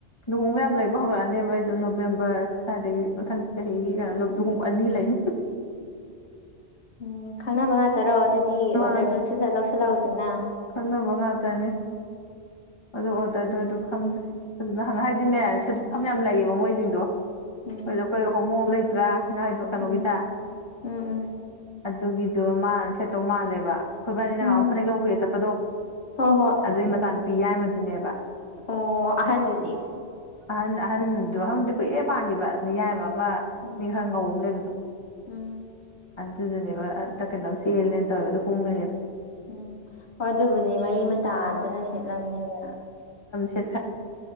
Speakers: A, on the left; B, on the left.
A: ꯂꯨꯍꯣꯡꯕ ꯌꯥꯝ ꯂꯩꯕ ꯍꯧꯔꯛꯑꯅꯦꯕ ꯑꯩꯁꯨ ꯅꯣꯕꯦꯝꯕꯔ ꯑꯗꯒꯤ ꯃꯊꯪ ꯆꯍꯤꯒꯤ ꯀꯩꯅ ꯂꯨꯍꯣꯡꯕ ꯑꯅꯤ ꯂꯩꯅꯤ
B: ꯎꯝ ꯈꯪꯅꯕ ꯉꯥꯛꯇꯔꯣ ꯑꯗꯨꯗꯤ ꯗꯤ
A: ꯃꯥꯅ
B: ꯑꯣꯗꯔꯗ ꯆ ꯂꯧꯁꯂꯥꯎ ꯏꯅꯥ
A: ꯈꯪꯅꯕ ꯉꯥꯛꯇꯅꯦ ꯑꯗꯨ ꯑꯣꯗꯔꯗꯣ ꯑꯗꯨ ꯈꯪꯗ꯭ꯔꯦ ꯐꯖꯅ ꯍꯪ ꯍꯥꯏꯗꯤꯅꯦ ꯁꯐꯝ ꯌꯥꯝ ꯂꯩꯌꯦꯕ ꯃꯣꯏꯁꯤꯡꯗꯣ
B: ꯎꯝ
A: ꯑꯗꯨꯗ ꯀꯈ ꯍꯃꯣ ꯑꯃ ꯂꯩꯇ꯭ꯔꯥꯗ ꯀꯩꯅꯣꯒꯤꯗ
B: ꯎꯝ ꯎꯝ ꯎꯝ
A: ꯑꯗꯨꯒꯤꯗꯣ ꯃꯥ ꯁꯦꯠꯇꯧ ꯃꯥꯜꯂꯦꯕ ꯑꯩꯈꫭꯏꯕꯅꯤ ꯅ
B: ꯎꯝ
A: ꯉꯍꯥꯟꯃꯨꯛ ꯐꯅꯦꯛ ꯂꯧꯕꯒꯤ ꯆꯠ
B: ꯍꯣꯏ ꯍꯣꯏ
A: ꯑꯗꯨ ꯃꯆꯥ ꯅꯨꯄꯤ ꯌꯥꯏꯃꯗꯨꯅꯦꯕ
B: ꯑꯣ ꯑꯍꯟꯗꯨꯗꯤ
A: ꯑꯍꯟ ꯑꯍꯟꯗꯨꯣ ꯑꯍꯟꯗꯨ ꯀꯨꯏꯔꯦ ꯄꯥꯟꯈꯤꯕꯌꯥꯏꯕꯥ ꯃꯥ
B: ꯎꯝ
A: ꯃꯤ ꯈꯔ ꯉꯧ ꯑꯃ ꯂꯩꯕꯗꯣ
B: ꯎꯝ
A: ꯑꯗꯨꯗꯨꯅꯦꯕ ꯑꯝꯇ ꯀꯩꯅꯣ ꯆꯦꯜꯂꯦꯅ ꯇꯧꯋꯦꯕꯗꯣ ꯍꯣꯡꯗꯣꯏꯅꯦꯕ
B: ꯎꯝ ꯍꯣꯏ ꯑꯗꯨꯕꯨꯗꯤ ꯃꯔꯤ ꯃꯇꯥꯇꯅ ꯁꯦꯠꯂꯝꯅꯤꯕ
A: ꯈꯦ